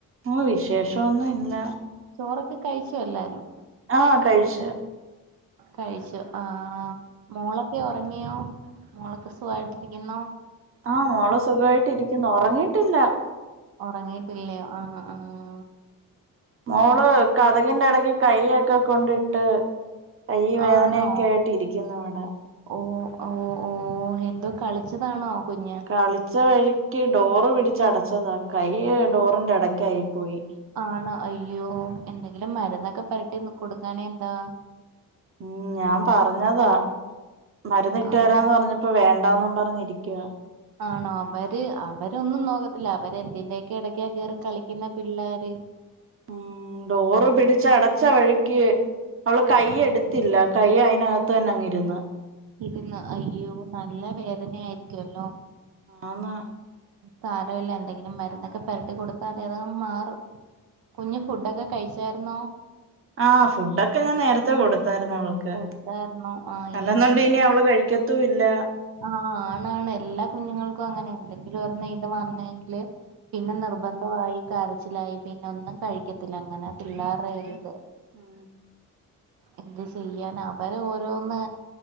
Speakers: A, on the right; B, on the right.
A: ഓ വിശേഷന്നുല്ല
B: ചോറൊക്കെ കഴിച്ചോഎല്ലാരും
A: ആഹ് കഴിച്ചു
B: കഴിച്ചു ആഹ് മോളെ ക്ക ഉറങ്ങിയോ മോളക്ക് സുഖയിട്ടിരിക്കുന്നോ
A: ആഹ് മോള്സുഖമായിട്ട് ഇരിക്കുന്നു ഉറങ്ങിയിട്ടില്ല
B: ഉറങ്ങീട്ടില്ലയോ ആഹ് ആഹ്
A: മോള് കതകിന്റെ ഇടയ്ക്ക് കൈയ്യൊക്കെ കൊണ്ടിട്ട് കൈ വേദനയൊക്കെ
B: ആണോ
A: ആയിട്ട് ഇരിക്കുന്നു ഇവിടെ
B: ഓ ഓഓ ഓ എന്തോ കളിച്ചതാണോ കുഞ്ഞ്
A: കളിച്ച വഴിക്ക് ഡോറ് പിടച്ച്ടച്ചതാ കൈ ഡോറിന്റെ ഇടക്ക ആയി പോയി.
B: ആണോ അയ്യോ എന്തെങ്കിലും മരുന്നൊക്കെ പരട്ടിന്ന് കൊടുക്കാനേഎന്താ
A: ഉം ഞാൻ പറഞ്ഞതാ മരുന്ന് ഇട്ട്
B: ആഹ്
A: തരാന്ന് പറഞ്ഞ് ഇപ്പൊ വേണ്ടന്നും പറഞ്ഞിരിക്കുവ.
B: ആണോ അവര് അവരൊന്നും നോക്കത്തില്ല അവരെന്തിന്റെക്കെ ഇടക്കാ കേറി കളിക്കുന്ന പിള്ളാര്
A: ഉം ഡോറ് പിടിച്ച അടച്ച വഴിക്ക് അവള് കയ്യ്
B: ആഹ്
A: എടുത്തില്ല കൈ അയിനകത്ത്ന്നെങ്ങിരുന്നു
B: ഇരുന്ന് അയ്യോ നല്ല വേദനയായിരിക്കുല്ലോ
A: ആന്ന്
B: സാരമില്ല എന്തെങ്കിലും മരുന്നൊക്കെ പരട്ടി കൊടുത്താൽ അതും മാറും കുഞ്ഞ് ഫുഡൊക്കെ കഴിച്ചായിരുന്നോ
A: ആഹ് ഫുഡൊക്കെ ഞാൻ നേരത്തെ കൊടുത്തായിരുന്നു അവൾക്ക്
B: കൊടുത്തായിരുന്നോ ആഹ്
A: അല്ലെന്നണ്ട് ഇനി അവള് കഴിക്ക ത്തുല്ല
B: ആഹ്ആണ് ണ് എല്ലാ കുഞ്ഞുങ്ങൾക്കും അങ്ങനെ എന്തെങ്കിലും ഒരെണ്ണ ഇത് വന്നെങ്കില് പിന്നെ നിർബന്ധമായി കരച്ചിലായി പിന്നെ ഒന്നും കഴിക്കത്തില്ല അങ്ങനെ പിള്ളേരേരുത്
A: ഉം
B: എന്ത് ചെയ്യന അവര് ഓരോന്ന്